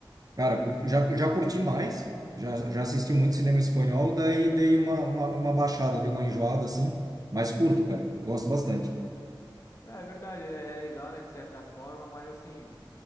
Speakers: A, on the right (about 45°); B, on the left (about 35°).
A: Cara, cur- já, já curti mais, já, já assisti muito cinema espanhol, daí dei uma, uma, uma baixada, dei uma enjoada assim, mas curto, cara, gosto bastante.
B: É é verdade, é é legal, né, de certa forma, mas assim,